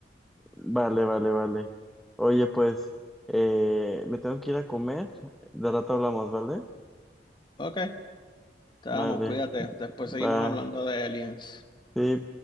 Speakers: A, in the centre; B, on the left.
A: Vale, vale, vale. Oye, pues, eh, me tengo que ir a comer. De rato hablamos, ¿vale?
B: Ok, estamos,
A: Vale.
B: cuídate. Después
A: Bye.
B: seguimos hablando de aliens.
A: Sí.